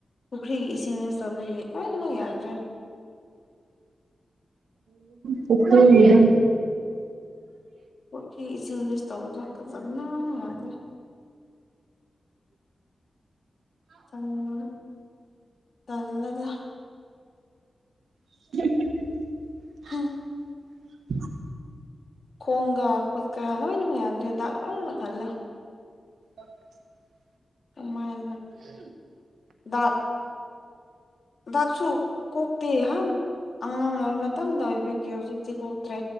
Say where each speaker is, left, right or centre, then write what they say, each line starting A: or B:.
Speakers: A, on the left; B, on the right.
A: ꯄꯨꯈ꯭ꯔꯤꯒꯤ ꯏꯁꯤꯡ ꯌꯨꯁ ꯇꯧꯕꯒꯤ ꯂꫭꯏꯅꯃꯛ ꯌꯥꯗ꯭ꯔꯦ
B: ꯀꯛꯇꯗ <unintelligible>
A: ꯄꯨꯈ꯭ꯔꯤ ꯏꯁꯤꯡ ꯌꯨꯁ ꯇꯧꯕꯗꯣ ꯐꯖꯅ ꯌꯥꯗꯦ ꯇꯜꯂ‌ꯦ ꯇ‌ꯜꯂ‌ꯦꯕ
B: <unintelligible>
A: ꯍꯥ
B: ꯑ <unintelligible>
A: ꯈꯣꯡꯒꯥ ꯈꯨꯠꯀꯥ ꯂꯣꯏꯅꯃꯛ ꯌꯥꯗ꯭ꯔ‌‌ꯦ ꯗꯥꯛ ꯂꯅ ꯈꯜꯗ <unintelligible>
B: ꯑ <inaudible>
A: ꯀꯃꯥꯏꯅ ꯗꯥꯛ ꯗꯤꯛꯁꯨ ꯀꯣꯛꯇꯦ ꯑꯩꯍꯥꯟ ꯑꯉꯥꯡ ꯑꯣꯏꯕ ꯃꯇꯝꯗ ꯑꯣꯏꯕꯤꯒꯦ ꯍꯧꯖꯤꯛꯇꯤ ꯀꯣꯛꯇ꯭ꯔꯦ